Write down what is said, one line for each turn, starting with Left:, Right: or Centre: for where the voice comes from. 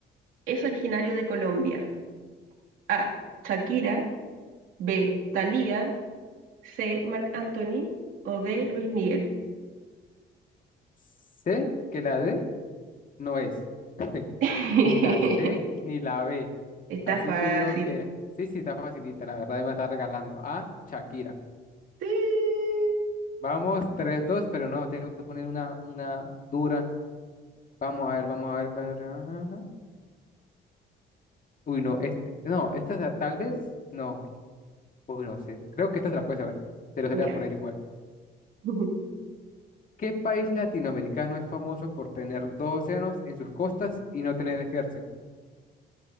Right: es originario de Colombia? A. Shakira, B. Thalía, C. Marc Anthony o D. Luis Miguel.
Left: Sé que la D no es. <laughs>
Right: <laughs>
Left: Ni la C ni la B.
Right: Está
Left: Así
Right: fácil.
Left: que digo que sí, sí, está facilita. La verdad me está regalando a Shakira.
Right: Sí.
Left: Vamos, tres dos pero no, tengo que poner una, una dura Vamos a ver, vamos a ver. cuál es- ajá. Uy, no, este, no, esta ta- tal vez, no, es- uy, no sé, creo que esta se la puedes saber, te lo voy
Right: Ya.
Left: a poner igual.
Right: <laughs>
Left: ¿Qué país latinoamericano es famoso por tener dos océanos en sus costas y no tener ejército?